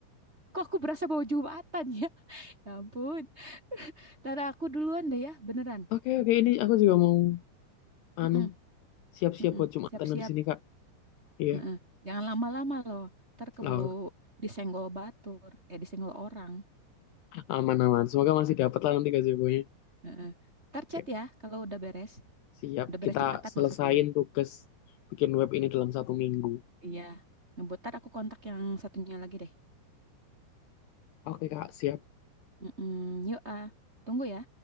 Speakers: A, on the right (about 15°); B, on the left (about 75°).
A: Kok aku berasa bawa Jumatan ya? Ya ampun. Tada aku duluan deh ya, beneran.
B: Oke oke ini aku
A: Mm-mm,
B: juga mau
A: mm-mm,
B: anu siap-siap
A: mm-mm.
B: buat Jumatan
A: Siap-siap.
B: habis ini kak. Iya,
A: Mm-mm. Jangan lama-lama loh. Ntar keburu
B: oh,
A: disenggol batur. Eh, disenggol orang.
B: aman aman. Semoga masih dapat lah nanti gazebo-nya.
A: Heeh. Ntar
B: Oke,
A: chat ya kalau udah beres.
B: siap.
A: Udah beres
B: Kita
A: Jumatan
B: selesain
A: maksudnya.
B: tugas bikin web ini dalam satu minggu.
A: Iya. Ngebutar aku kontak yang satunya lagi deh.
B: Oke kak, siap.
A: Mm-mm. Yuk, ah. Tunggu ya.